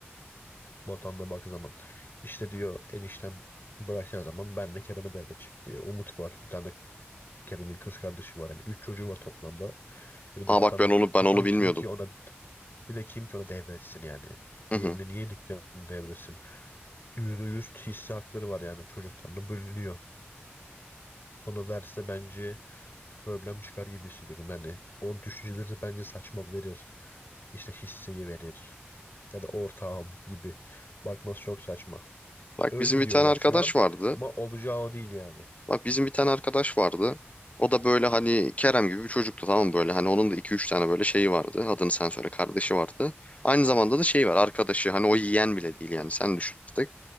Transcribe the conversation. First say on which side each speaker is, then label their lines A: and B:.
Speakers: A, on the left; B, on the left.
A: Vatanına baktığı zaman. İşte diyor eniştem bırakacağı zaman ben de Kerem'e devredecek diye. Umut var. Bir tane Kendimin kız kardeşi var yani. Üç çocuğu var toplamda. E bir
B: Aa
A: de Batan'ı
B: bak ben onu ben
A: Batan
B: onu bilmiyordum.
A: kim ki ona bir de kim ki ona devretsin yani.
B: Hı
A: Yerine
B: hı.
A: niye dükkanı devretsin? Yüzde yüz hisse hakları var yani çocuklarına bölünüyor. Onu verse bence problem çıkar gibi hissediyorum. Yani onun düşünceleri de bence saçma verir. İşte hisseyi verir. Ya da ortağım gibi. Bakması çok saçma.
B: Bak
A: Öyle
B: bizim bir
A: diyorlar
B: tane arkadaş
A: şu an.
B: vardı.
A: Ama olacağı o değil yani.
B: Bak bizim bir tane arkadaş vardı. O da böyle hani Kerem gibi bir çocuktu tamam mı? böyle hani onun da iki üç tane böyle şeyi vardı. Adını sen söyle kardeşi vardı. Aynı zamanda da şey var arkadaşı hani o yiyen bile değil yani sen düşün artık.